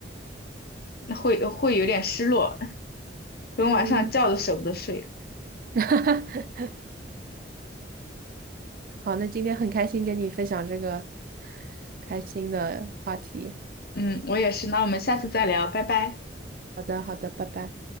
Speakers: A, on the left; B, on the right.
A: 那会会有点失落，可能晚上觉都舍不得睡。
B: 嗯，<laughs> 好，那今天很开心跟你分享这个开心的话题。
A: 嗯，我也是。那我们下次再聊，拜拜。
B: 好的，好的，拜拜。